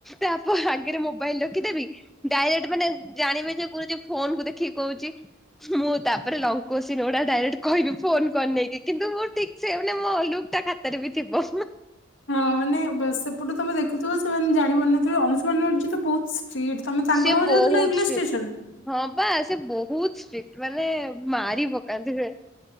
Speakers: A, in the centre; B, on the left.
A: ତାପ ଆଗରେ ମୋବାଇଲ ରଖିଦେବି। ଡାଇରେକ୍ଟ ମାନେ ଜାଣିବେ ଯେ ଗୁରୁଜୀ ଫୋନ କୁ ଦେଖିକି କହୁଛି। ମୁଁ ତାପରେ ଲଙ୍ଗ କ୍ୱେଶ୍ଚିନ ଗୁଡା ଡାଇରେକ୍ଟ କହିବି ଫୋନକୁ ଆନେଇକି କିନ୍ତୁ ମୁଁ ଠିକ ସେ ମାନେ ମୋ ଲୁ ତା ଖାତାରେ ବି ଥିବ।
B: ହଁ ମାନେ ବ-ସେପଟୁ ତୋମେ ଦେଖୁଥିବ ସେମାନେ ଜାଣିପାରୁନଥିବେ। ଅଂଶୁମାନ ଗୁରୁଜୀ ତ ବହୁତ ଷ୍ଟ୍ରିଟ୍। ତୋମେ ତାଙ୍କ
A: ସେ
B: ପାଖକୁ
A: ବହୁତ
B: ଯାଉଥିଲ ଇଂଲିଶ
A: ଷ୍ଟ୍ରିକ୍ଟ
B: ଟ୍ୟୁସନ୍?
A: ହଁ ପା ସିଏ ବହୁତ ଷ୍ଟ୍ରିକ୍ଟ୍। ମାନେ ମାରି ପକାନ୍ତି ସେ।